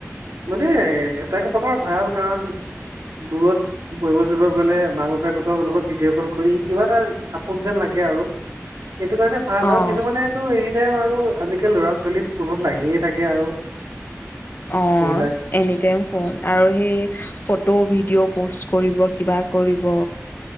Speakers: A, on the right (about 85°); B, on the left (about 40°).
A: মানে এটা এক প্ৰকাৰ ভাল কাৰণ দূৰত পঢ়িব যাব গ'লে মাক বাপেকৰ লগত ভিডিঅ' কল কৰি কিবা এটা আপোন যেন লাগে আৰু সেইটো কাৰণে ভাল
B: অ',
A: আৰু কিছুমানে টো এনি টাইম আৰু আজিকালি ল'ৰা ছোৱালী ফোনত লাগিয়ে থাকে আৰু।
B: অ
A: এইবিলাক
B: এনিটাইম ফোন আৰু সেই ফটো ভিডিঅ' পষ্ট কৰিব। কিবা কৰিব